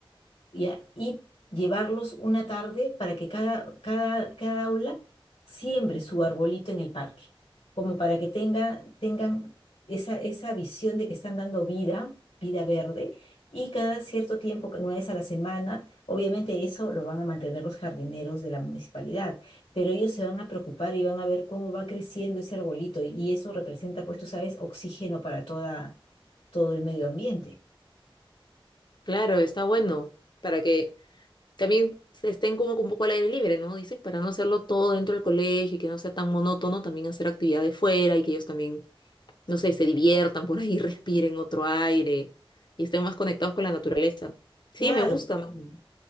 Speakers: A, on the left; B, on the left.
A: ¿ya? Y llevarlos una tarde para que cada, cada, cada aula siembre su arbolito en el parque, como para que tenga, tengan esa, esa visión de que están dando vida, vida verde, y cada cierto tiempo, una vez a la semana, obviamente eso lo van a mantener los jardineros de la municipalidad, pero ellos se van a preocupar y van a ver cómo va creciendo ese arbolito, y y eso representa, pues tú sabes, oxígeno para toda, todo el medio ambiente.
B: Claro, está bueno para que También estén como que un poco al aire libre, ¿no? Dice, para no hacerlo todo dentro del colegio y que no sea tan monótono, también hacer actividades fuera y que ellos también, no sé, se diviertan por ahí, <laughs> respiren otro aire y estén más conectados con la naturaleza. Sí,
A: Claro,
B: me gusta. me
A: claro,
B: gusta.